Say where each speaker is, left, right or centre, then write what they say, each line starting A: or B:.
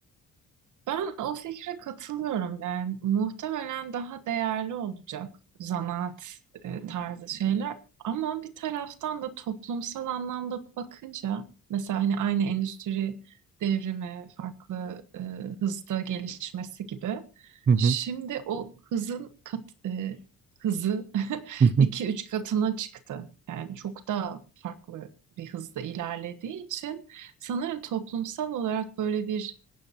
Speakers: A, on the right; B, on the right.
A: Ben o fikre katılıyorum. Yani muhtemelen daha değerli olacak zanaat e, tarzı şeyler. Ama bir taraftan da toplumsal anlamda bakınca mesela hani aynı endüstri devrimi farklı e, hızda gelişmesi gibi
B: Hı hı.
A: şimdi o hızın kat, e, hızı <laughs>
B: Hı hı.
A: iki üç katına çıktı. Yani çok daha farklı bir hızda ilerlediği için sanırım toplumsal olarak böyle bir